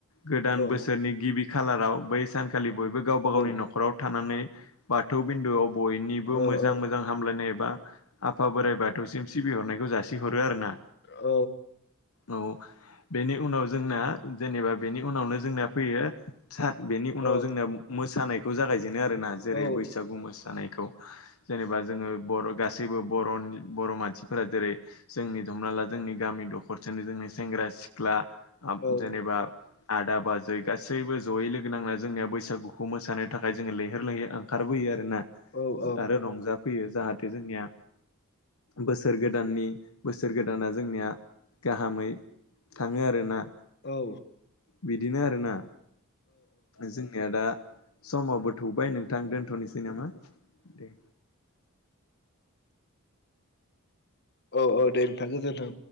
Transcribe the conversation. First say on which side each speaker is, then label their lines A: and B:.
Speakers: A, on the left; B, on the left.
A: गोदान
B: औ
A: बोसोरनि गिबि खालाराव बै सानखालि बयबो गावबा गावनि
B: औ
A: न'खराव। थानानै बाथौ बिन्दुआव बयनिबो
B: औ औ
A: मोजां
B: औ
A: मोजां हामलायनाय। बा आफा बोराइ बाथौसिम सिबिहरनायखौ जासिहरो आरोना
B: औ
A: औ। बेनि उनाव जोंना जेनेबा बेनि उनावनो जोंना फैयो। सार बेनि उनाव
B: औ
A: जोंना मोसानायखौ जागायजेनो आरोना जेरै
B: औ
A: बैसागु मोसानायखौ। जेनेबा जोङो बर' गासैबो बर' बर' मानसिफोरा जेरै जोंनि हमना ला जों। जोंनि गामि दखरसेनि जोंनि सेंग्रा सिख्ला।
B: औ
A: जेनेबा आदा बाजै गासैबो जयै लोगो नांना जोंनिया बैसागु। बेखौ मोसानो थाखाय जोङो लैहोर लैहोर ओंखारबोयो आरो ना।
B: औ।
A: आरो रंजाफैयो जाहाथे जोंनिया। बोसोर गोदाननि बोसोर गोदाना जोंनिया गाहामै। थाङो आरो ना
B: औ।
A: बिदिनो आरोना जोंनिया दा समावबो थौबाय नोंथां दोनथ'नोसै नामा? दे।
B: औ औ दे नोंथां गोजोन्थों।